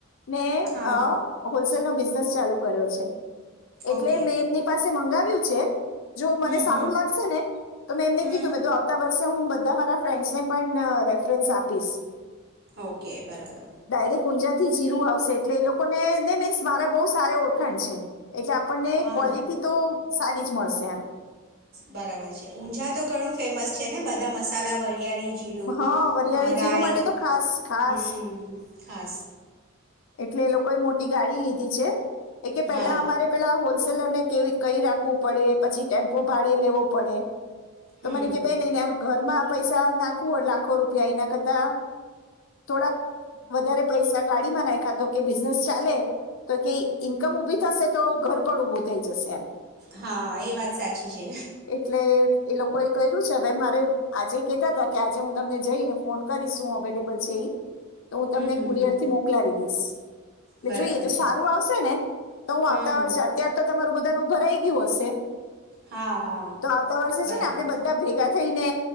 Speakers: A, on the left; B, on the right.
A: ને
B: હા
A: અ હોલસેલનો બિઝનેસ ચાલુ કર્યો છે. એટલે
B: ઓકે
A: મેં એમની પાસે મંગાવ્યું છે જો મને
B: હમ
A: સારું
B: હમ
A: લાગશે ને તો મેં એમને
B: હમ
A: કીધું મેં તો આવતા વર્ષે હું બંધા મારા ફ્રેન્ડસ ને પણ રેફરન્સ આપીશ.
B: ઓકે બરાબર
A: ડાયરેક્ટ ઊંઝાથી જીરું આવશે એટલે એ લોકોને ને મીન્સ મારે બહુ સાર ઓળખાણ છે એટલે આપણને
B: હા
A: ક્વોલિટી
B: હા
A: તો સારી જ મળશે એમ
B: બરાબર છે, ઊંઝા તો ઘણું ફેમસ છે ને બધા મસાલા, વરિયાળી જીરું
A: હા, વરિયાળી
B: અ રાઈ
A: જીરું માટે તો ખાસ ખાસ
B: હમ ખાસ
A: એટલે એ લોકોએ મોટી ગાડી લીધી છે એ કે પહેલા
B: હા
A: અમારે પેલા હો હોલસેલર ને કે કઈ રાખવું પડે, પછી ટેમ્પો ભાડે લેવો પડે તો
B: હમ
A: મને કે બે ને ઘરમા પૈસા નાખુ એટ લાખો રૂપિયા એના કરતા થોડાક વધારે પૈસા ગાડીમાં નાખી કા તો બિઝનેસ ચાલે તો કે ઈન્કમ ઉભી થશે તો ઘર પણ ઉભું થઈ જશે એમ
B: હા એ વાત સાચી છે.
A: એટલે એ લોકોએ કર્યું છે હવે મારે આજે કતા હતા કે આજે હું તમને જઈને ફોન કરીશું અવેલેબલ છે એ. તો હું તમને
B: હમ હમ
A: કુરિયર
B: હમ
A: થી મોકલાવી. એ
B: બરાબર
A: જોઈએ જો સારું
B: છે
A: આવશે ને તો હું
B: હમ
A: આવતા
B: હમ
A: વાર છે અત્યાર તો તમારું બધા ભરાઈ ગયું હશે.
B: હા હા
A: તો આવતા વર્ષે
B: બરાબર
A: છે ને આપડે બધા ભેગા થઈ ને